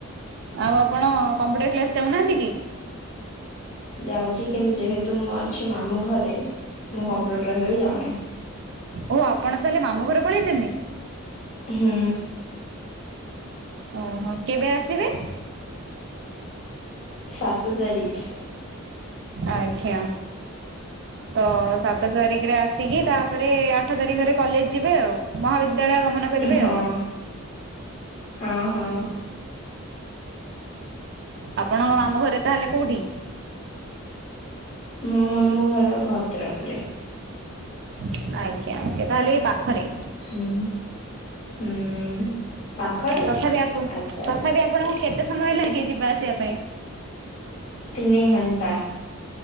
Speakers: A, on the right; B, on the left.
A: ଆଉ ଆପଣ କମ୍ପ୍ୟୁଟର କ୍ଲାସ ଯାଉନାହାନ୍ତି କି?
B: ଯାଉଛି କିନ୍ତୁ ଯେହେତୁ ମୁଁ ଅଛି ମାମୁଁ ଘରେ ମୁଁ କମ୍ପ୍ୟୁଟର କ୍ଲାସ ବି ଯାଉନାହିଁ।
A: ଓ ଆପଣ ତାହେଲେ ମାମୁଁ ଘରେ ପଳେଇଛନ୍ତି?
B: ହୁଁ।
A: ଓହୋ କେବେ ଆସିବେ?
B: ସାତ ତାରିଖ।
A: ଆଜ୍ଞା ତ ସାତ ତାରିଖରେ ଆସିକି ତାପରେ ଆଠ ତାରିଖରେ କଲେଜ ଯିବେ ଆଉ ମହାବିଦ୍ୟାଳୟ ଗମନ କରିବେ
B: ହଁ
A: ଆଉ।
B: ହଁ ହଁ।
A: ଆପଣଙ୍କ ମାମୁଁ ଘର ତାହେଲେ କୋଉଠି?
B: ମୋ ମାମୁ ଘର ଭଦ୍ରକ ରେ।
A: ଆଜ୍ଞା ଆଜ୍ଞା ତାହେଲେ ଏଇ ପାଖରେ।
B: ହୁଁ ହୁଁ ପାଖରେ?
A: ତଥାପି ଆପ
B: ଆଚ୍ଛା
A: ତଥାପି
B: ଆଚ୍ଛା
A: ଆପଣ କେତେ ସମୟ ଲାଗେ ଯିବା ଆସିବା ପାଇଁ?
B: ତିନି ଘଣ୍ଟା।